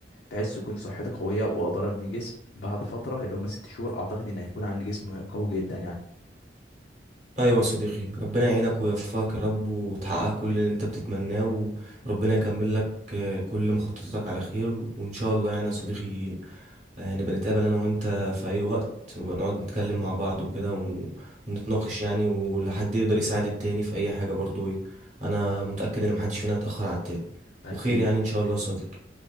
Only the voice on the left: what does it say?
بحيث تكون صحتي قويه واقدر ابني جسم بعد فتره اللي هم ست شهور اعتقد ان هيكون عندي جسم قوي جدا يعني
اكيد